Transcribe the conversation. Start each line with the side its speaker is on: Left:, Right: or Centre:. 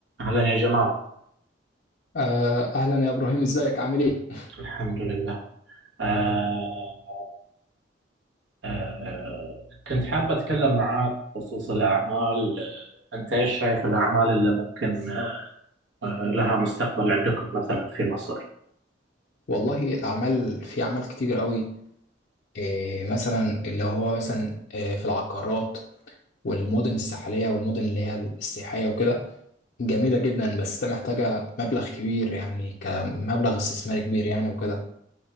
Right: أهلا يا جمال
Left: آه، أهلا يا إبراهيم إزيك عامل إيه؟
Right: الحمد لله آه آه كنت حابة أتكلم معاك بخصوص الأعمال آه، أنت إيش شايف الأعمال اللي ممكن آه لها مستقبل عندكم مثلا في مصر؟
Left: والله الأعمال في أعمال كتير قوي إيه مثلا اللي هو مثلا إيه في العقارات والمدن الساحلية والمدن اللي هي السياحية وكده جميلة جدا بس ده محتاجة مبلغ كبير يعني كمبلغ استثماري كبير يعني وكده